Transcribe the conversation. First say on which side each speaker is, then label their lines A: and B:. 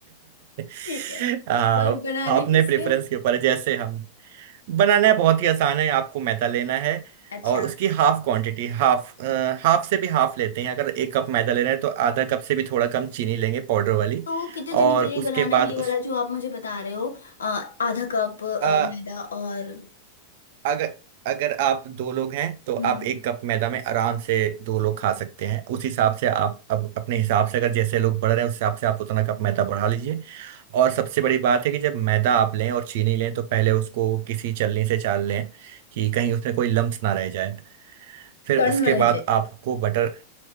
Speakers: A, on the right (about 50°); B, on the left (about 70°).
A: <laughs>
B: ठीक है
A: आ,
B: पर बनाने
A: आपने
B: किससे
A: प्रेफरेंस
B: है?
A: के ऊपर है, जैसे हम बनाना है, बहुत ही आसान है आपको मैदा लेना है
B: अच्छा
A: और उसकी हाफ क्वांटिटी हाफ हाफ से भी हाफ लेते हैं अगर एक कप मैदा ले रहे हैं तो आधा कप से भी थोड़ा कम चीनी लेंगे पाउडर वाली
B: तो कितने जने
A: और
B: के लिए
A: उसके
B: बनाना है
A: बाद
B: ये वाला जो आप मुझे बता रहे हो अ, आधा कप अ,
A: उस
B: मैदा और
A: अगर अगर आप दो लोग हैं तो
B: हम्म
A: आप एक कप मैदा में आराम से दो लोग खा सकते हैं उस हिसाब से आप अब अपने हिसाब से अगर जैसे लोग बढ़ रहे हैं उस हिसाब से आप उतना कप मैदा बढ़ा लीजिए और सबसे बड़ी बात है कि जब मैदा आप लें और चीनी लें तो पहले उसको किसी छलनी से चाल लें कि कहीं उसमें कोई लम्स ना रह जाए फिर
B: कर्नल
A: उसके बाद
B: है जी
A: आपको बटर